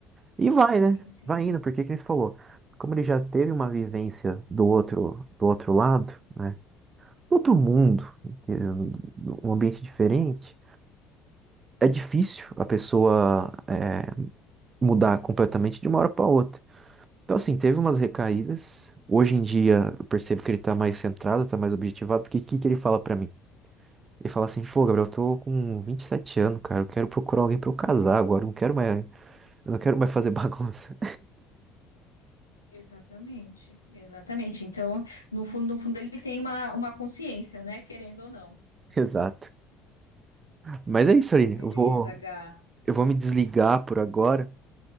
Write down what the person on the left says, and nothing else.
sim, sim.
sim.
Exatamente, exatamente. Então, no fundo, no fundo, ele tem uma, uma consciência, né? Querendo ou não.
Beleza,
Gá.